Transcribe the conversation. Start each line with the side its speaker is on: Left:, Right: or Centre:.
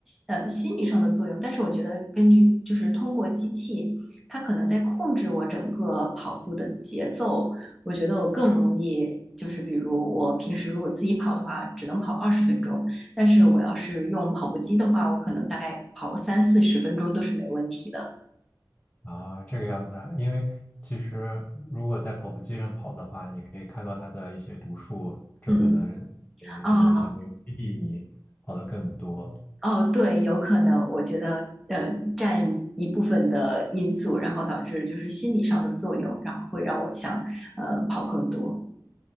Centre: 呃心理上的作用，但是我觉得根据就是通过机器，它可能在控制我整个跑步的节奏，我觉得我更容易就是比如我平时如果自己跑的话，只能跑二十分钟，但是我要是用跑步机的话，我可能大概跑三四十分钟都是没问题的。
Left: 啊，这个样子啊，因为其实如果在跑步机上跑的话，你可以看到它的一些读数，这可能呃就是相当于激励你跑得更多。
Centre: 嗯啊。哦，对，有可能，我觉得，嗯、占一部分的因素，然后导致就是心理上的作用，然后会让我想，呃，跑更多。